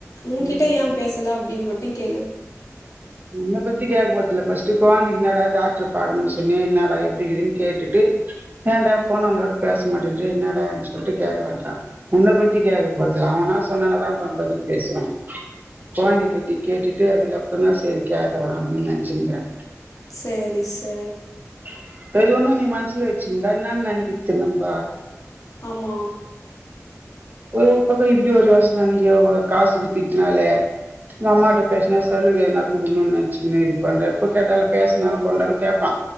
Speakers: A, on the left (about 85°); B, on the right (about 35°).
A: உன்கிட்ட
B: ம்ஹூம்
A: ஏ பேசலா அப்டின்னு மட் டிங் கேளு
B: உன்னப் பத்தி கேக் போறதுல பஸ்ட்ட் கொழந்தைக்கு என்னாடா டாக்டர் பாக்கணும்னு சொன்னயா என்னாடா எப்டிக்குதுன்னு கேட்டு ஏன்டா பொண்ணு வந்தோட பேச மாட்டேங்கறயே என்னடா சொல்லிட்டு கேக்கலறான் உன்னனை பத்தி கேக்க போதுல அவனா சொன்னன தா பதில் பேசுவே கொழந்தையை பத்தி கேட்டுட்டு அதுக்கப்புற தா சரி கேக்கல அப்டின்னு நெனச்சிட்டிருகறே
A: செரி சார்
B: <unintelligible> ஒண்ணும் நீ மனசுல வச்சிக்கக்க இருந்தா என்னன்னு நெனைக்கறது நம்ப
A: ஆமா
B: ஒரு ஒரு பக்கம் இப்டி ஒரு யோசன இன்னை <unintelligible> காசுக்கு திட்டனாலே உங்க அம்மாட்ட பேசுனா சலுகைன குடுக்கணும்னு நெனைச்சிக்கக்கணே இது பண்றன் இப்ப கேட்டாலு பேசுனா கொண்டாலு கேப்பா